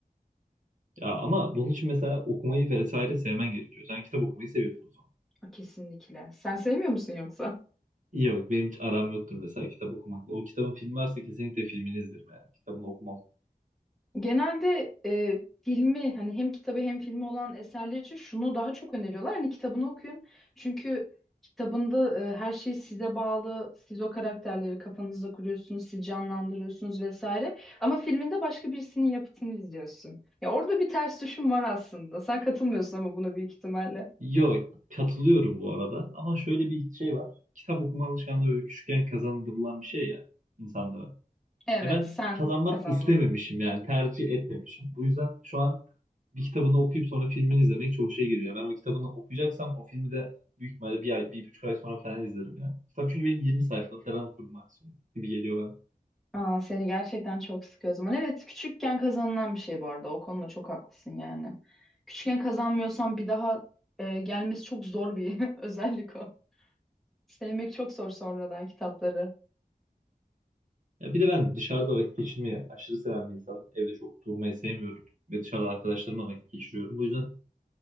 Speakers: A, on the right; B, in the centre.
A: Ya ama bunun için mesela okumayı vesaire sevmen gerekiyor. Sen kitap okumayı seviyorsun.
B: <laughs> Kesinlikle. Sen sevmiyor musun yoksa?
A: Yok benim hiç aram yoktur mesela kitap okumakla. O kitabın filmi varsa kesinlikle filmini izlerim yani. Kitabını okumam.
B: Genelde e, filmi hani hem kitabı hem filmi olan eserler için şunu daha çok öneriyorlar. Hani kitabını okuyun. Çünkü kitabında e, her şey size bağlı. Siz o karakterleri kafanızda kuruyorsunuz, siz canlandırıyorsunuz vesaire. Ama filminde başka birisinin yapıtını izliyorsun. Ya orada bir ters düşüm var aslında. Sen katılmıyorsun ama buna büyük ihtimalle.
A: Yok katılıyorum bu arada ama şöyle bir şey var. Kitap okuma alışkanlığı böyle küçükken kazandırılan bir şey ya insanlara.
B: Evet,
A: Ya ben
B: sen
A: kazanmak
B: kazandın.
A: istememişim yani tercih etmemişim. Bu yüzden şu an bir kitabını okuyup sonra filmini izlemek çok şey geliyor. Ben o kitabını okuyacaksam o filmi de büyük ihtimalle bir ay, bir buçuk ay sonra falan izlerim yani. Kitap çünkü benim 20 sayfa falan okurum maksimum gibi geliyor
B: Aa, seni gerçekten çok sıkıyor o zaman. Evet, küçükken kazanılan bir şey bu arada. O konuda çok haklısın yani. Küçükken kazanmıyorsan bir daha e, gelmesi çok zor bir <laughs> özellik o. Sevmek çok zor sonradan kitapları.
A: Ya bir de ben dışarıda vakit geçirmeyi aşırı seven bir insanım. Evde çok durmayı sevmiyorum ve dışarıda arkadaşlarımla vakit geçiriyorum. Bu yüzden